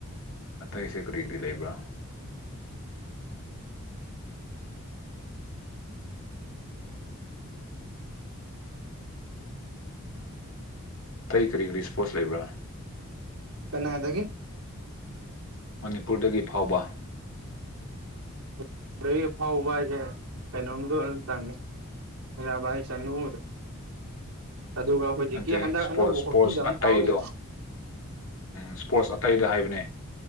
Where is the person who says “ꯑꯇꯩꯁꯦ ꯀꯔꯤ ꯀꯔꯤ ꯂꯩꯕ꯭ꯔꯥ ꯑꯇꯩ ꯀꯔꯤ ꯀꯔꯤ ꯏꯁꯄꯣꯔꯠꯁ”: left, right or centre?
Left